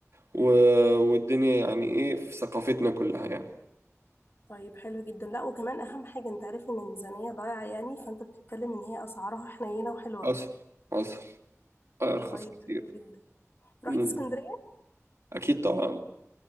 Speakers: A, on the right; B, on the left.
A: و... والدنيا يعني ايه في ثقافتنا كلها يعني
B: طيب حلو جدا لا وكمان اهم حاجه انت عارف ان الميزانيه ضايعه يعني فانت بتتكلم ان هي اسعارها حنينه وحلوه
A: حصل حصل ارخص
B: طيب
A: كتير
B: حلو جدا رحت
A: امم
B: اسكندرية
A: اكيد طبعا